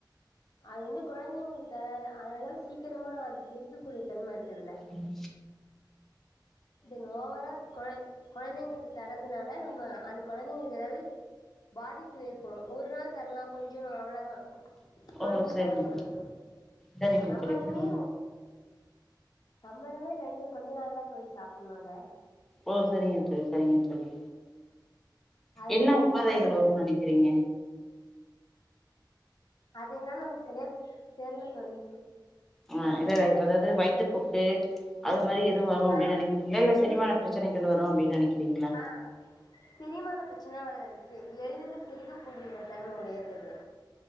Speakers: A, on the left; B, in the centre.
A: அது வந்து கொழந்தைங்களுக் தர அதனால சீக்கிரமா அது செரிக்கக்கூடிய தன்ம இருக்குறதில்ல
B: ம்
A: தென் ஓவரால் கொழ கொழந்தைங்களுக்கு தரதுனால நம்ம அந்த கொழந்தைங்களுக்கெதாது பாதிப்பு ஏற்படு ஒரு நாள் தர்லா கொஞ்சமா அவ்ளதா தொடர்ந்து
B: ஓ சரிங்க
A: தரக் கூடாது
B: சரிங்க
A: நம்மளுமே
B: தோழி சரிங்க
A: நம்மளுமே ரெண்டு கொஞ்ச நாள் தா தோழி சாப்பன்னு அத
B: ஓ செரிங்க தோழி செரிங்க தோழி
A: அதுல
B: என்ன உபாதைகள்
A: அதுல வந்து
B: வரு நெனக் சரிங்க
A: அது என்னன் நமக் சரியா தெர்ல தோழி
B: ஆ எது அதாது வயிற்றுப்போக்கு அது மாரி எதுவு வரு அப்டின்
A: ஆ
B: நெனைக் இல்ல செரிமான பிரச்சனைகள் வரு அப்டின் நெனைக்கிறீங்ளா
A: ஆ செரிமான பிரச்சன வராது செ எளிதில செரிக்கக்கூடிய தன்ம உடையது அது